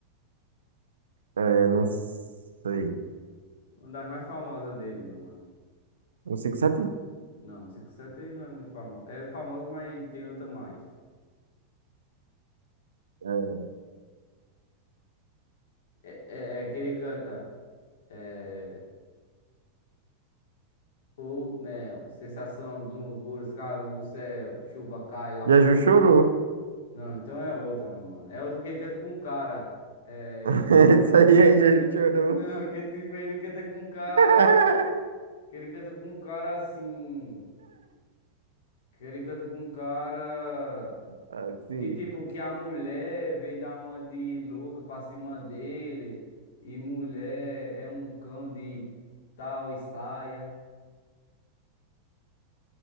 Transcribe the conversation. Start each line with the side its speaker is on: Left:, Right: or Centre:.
Right: É, não sei.
Left: Uma das mais famosas dele, meu mano.
Right: Um 57?
Left: Não, 57 ele não é muito famoso. É famoso, mas tem outra mais.
Right: É.
Left: É, é, é que ele canta. É, o Neo, sensação do cores, cara do céu, chuva cai lá
Right: Jesus
Left: fora.
Right: chorou.
Left: Não, então é outra, meu mano. É outra que ele canta com um cara. É.
Right: <laughs> Isso aí é Jesus chorou.
Left: Não, que tipo, ele canta com um cara.
Right: <laughs>
Left: Que ele canta com um cara assim. Que ele canta com um cara.
Right: Ah, Sim.
Left: Que tipo, que a mulher veio dar uma de louca pra cima dele. E mulher é um cão de tal e saia.